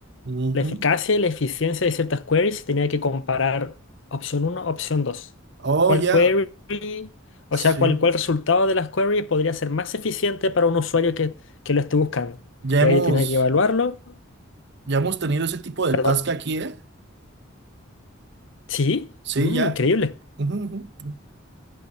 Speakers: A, on the right; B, on the left.
A: Ujú.
B: La eficacia y la eficiencia de ciertas queries tenía que comparar opción uno opción dos
A: Oh,
B: ¿Cuál
A: ya,
B: query, o
A: sí.
B: sea, cuál, cuál resultado de las queries podría ser más eficiente para un usuario que, que lo esté buscando?
A: Ya
B: Y
A: hemos,
B: ahí yo tenía que evaluarlo.
A: ya hemos tenido ese tipo de
B: Perdón.
A: task aquí, ¿eh?
B: Sí,
A: Sí,
B: Mm,
A: ya.
B: increíble.
A: Ujú, ujú.